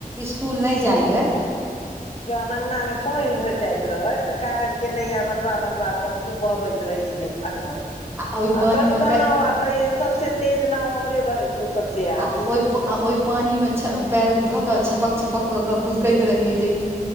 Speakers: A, on the right; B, on the left.
A: इस्कूल नहीं जाए लेय
B: जहन अङ्गनामे पानि भरि जाइत रहै तऽ कागज केनेय बनबा बनब कऽ खुबा बैत रह ई नहि अंगना आ
A: ओहि पानिमे
B: दसट
A: पए
B: नवा कहि सबसे तेज नाव हमरे बहै छौ। सभसँ आगू
A: आ ओहि प आ ओहि पानिमे पएर धऽ कऽ छपक छपक कऽ कऽ कुदकैत रहियै जेकि